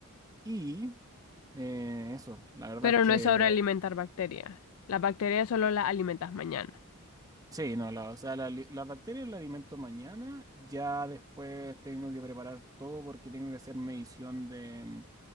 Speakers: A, on the right; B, on the left.
A: Y eh, eso, la verdad
B: Pero
A: es que
B: no es sobre alimentar bacterias. Las bacterias solo las alimentas mañana.
A: Sí, no, la, o sea, la, li- las bacterias las alimento mañana, ya después tengo que preparar todo porque tengo que hacer medición de, mm,